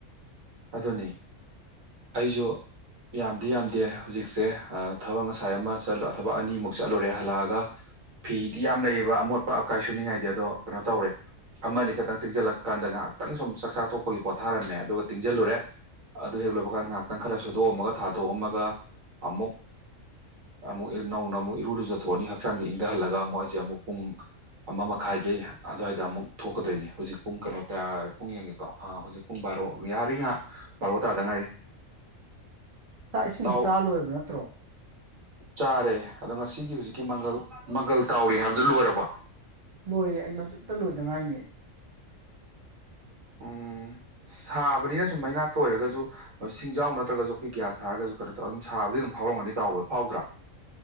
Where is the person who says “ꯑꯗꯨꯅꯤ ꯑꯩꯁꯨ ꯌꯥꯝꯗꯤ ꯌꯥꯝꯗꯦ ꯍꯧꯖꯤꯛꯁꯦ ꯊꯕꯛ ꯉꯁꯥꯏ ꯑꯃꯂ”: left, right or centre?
Right